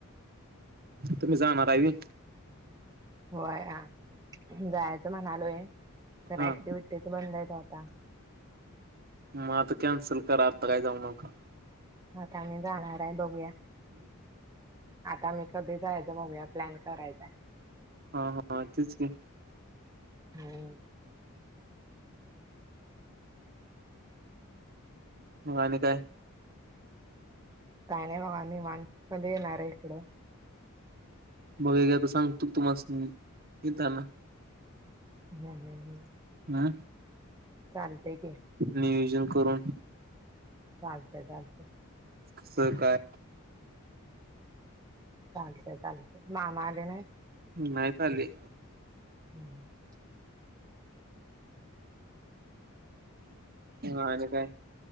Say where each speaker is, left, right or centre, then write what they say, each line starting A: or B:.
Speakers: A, on the right; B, on the right.
A: तुम्ही जाणारहाय व्हय.
B: व्हाया जायचं म्हणालोय तर
A: हा
B: ऍक्टिव्हटीच बंद आहे ओ आता.
A: म आता कॅन्सल करा आता काही जाऊ नका.
B: आता आम्ही जाणार आहे बघूया. आता आम्ही कधी जायचं बघूया प्लॅन करायचय.
A: हा, हा तेच की
B: हो.
A: म आणि काय?
B: काही नाही बघा मान कधी येणार आहे इकडं.
A: बघ गा तर सांगतु तुमास्नी येताना.
B: <unintelligible>
A: हा.
B: चालतेय की.
A: नियोजन करून.
B: चालतंय चालतंय
A: असं काय?
B: चालतंय चालतय मामा आले नाही.
A: नाहीच आले.
B: हम् <inaudible>
A: आणि काय?